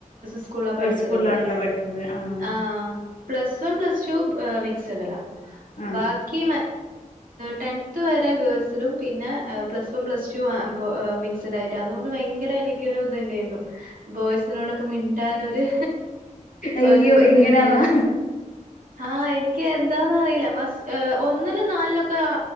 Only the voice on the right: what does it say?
സ്കൂള
പഠിച്ചതൊക്കെ
ആഹ്‌ plus one plus two mixed അല്ല
ബാ ബാക്കി ടെൻത്ത് വരെ ഗേൾസിലും പിന്നെ പ്ലസ് വൺ പ്ലസ് ടു മ മിക്സഡ് ആയിട്ട് അതുകൊണ്ട് ഭയങ്കര എനക്ക് ഇത്ണ്ടായിരുന്നു ബോയ്സിനോടൊക്കെ മിണ്ടൻരു
ഒരു ഇത്ണ്ടായിരുന്നു
ആഹ് എനിക്ക് എന്താന്ന അറിയില്ല ഒന്നിലും നാലിലൊക്കെ